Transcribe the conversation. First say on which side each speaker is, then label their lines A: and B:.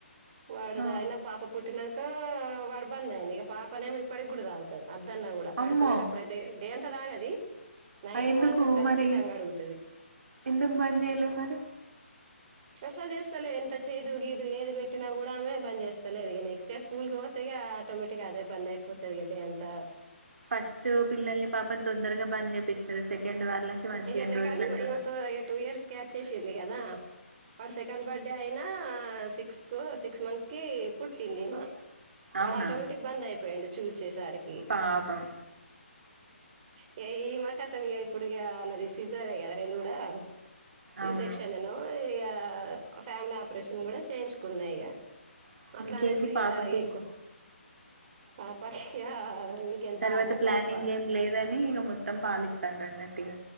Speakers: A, on the right; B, on the right.
A: వాడుదాగిన
B: ఆ
A: పాప పుట్టినంకా వాడు బంద్ అయిండు ఇగ పాపనేమొ ఇప్పటికి గుడ తాగుతది అద్దన్న కూడా పడుకునేటప్పుడయితే
B: అమ్మో
A: డే అంత తాగది నైట్
B: ఎందుకు
A: మాత్రం ఖచ్చితంగ
B: మరి
A: అడుగు
B: ఎందుకు బంజయలే మరి
A: అస్సలు జేస్తలే ఎంత చేదు గీదు ఏది పెట్టినా కూడా ఆమె బంద్ చేస్తలేదు ఇగ నెక్స్ట్ ఇయర్ స్కూల్కి పోతే ఇగా ఆటోమేటిగ్గా అదే బందయి పోతది ఇగ డే అంత
B: ఫస్టు పిల్లల్ని పాపని తొందరగా బంద్ చేపిస్తరు సెకండ్ వాళ్ళకి మంచిగ
A: ఇగ
B: ఎన్ని
A: సెకండ్
B: రోజులున్న
A: ఈమెతో
B: వా
A: ఇగ టూ ఇయర్స్ క్యాచ్చేసింది కదా వాడి సెకండ్ బర్త్డే అయినా సిటు క్స్ సిక్స్ మంత్స్ కి పుట్టింది మా వాడు
B: అవునా
A: ఆటోమేటిక్ బంద్ అయిపోయిండు చూసి సరికి
B: పాపం
A: ఇగ ఈమా కత్తు మొత్తం ఇగ ఇప్పుడిగా నాది సేజేరీయనే కదా రెండు కూడా సి
B: అవును
A: సెక్షన్ నువ్ ఇగా ఫ్యామిలీ ఆపరేషన్ కూడా చేయించుకున్న ఇగ
B: బ్లాంక్
A: అట్లా
B: ఇంకేంది
A: అనేసి ఇగ
B: పాపకి
A: ఇంకో పాపకి ఇగ ఇంకే
B: తర్వాత
A: బాబు
B: ప్లాన్
A: పాప
B: ఇంకేం లేదని ఇగ మొత్తం పాలిత్తాంన్రు అన్నట్టు ఇగ